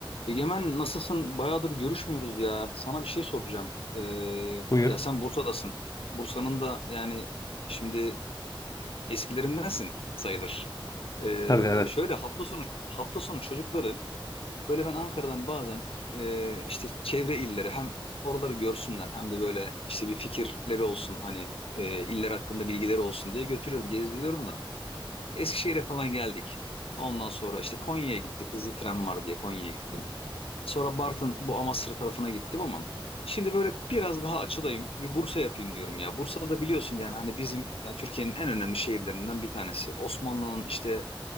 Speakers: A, on the left (about 85°); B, on the left (about 40°).
A: Egemen nasılsın? Bayağıdır görüşmüyoruz ya. Sana bir şey soracağım. Ee,
B: Buyur.
A: ya sen Bursa'dasın. Bursa'nın da yani şimdi eskilerindensin sayılır. Ee,
B: Tabii evet.
A: şöyle hafta sonu hafta sonu çocukları böyle ben Ankara'dan bazen e, işte çevre illeri hem oraları görsünler hem de böyle işte bir fikirleri olsun hani e, iller hakkında bilgileri olsun diye götürüyorum gezdiriyorum da. Eskişehir'e falan geldik. Ondan sonra işte Konya'ya gittik. Hızlı tren var diye Konya'ya gittim. Sonra Bartın bu Amasra tarafına gittim ama şimdi böyle biraz daha açılayım. Bir Bursa yapayım diyorum ya. Bursa'da biliyorsun yani hani bizim ya Türkiye'nin en önemli şehirlerinden bir tanesi. Osmanlı'nın işte